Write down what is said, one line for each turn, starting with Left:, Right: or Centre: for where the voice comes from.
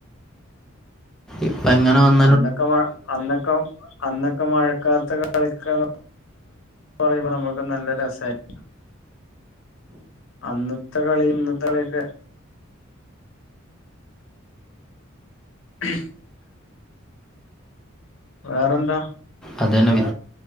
Centre: ഇപ്പൊ എങ്ങനെ വ
Left: അന്നൊക്കെ മഴ അന്നൊക്കെ അന്നൊക്കെ മഴക്കാലത്ത് കളിക്കാ പറയുമ്പോൾ നമുക്ക് നല്ല രസമായിരുന്നു അന്നത്തെ കളി ഇന്നത്തെ കളിയൊക്കെ <inaudible> വേറെന്താ
Centre: അതന്നെ വി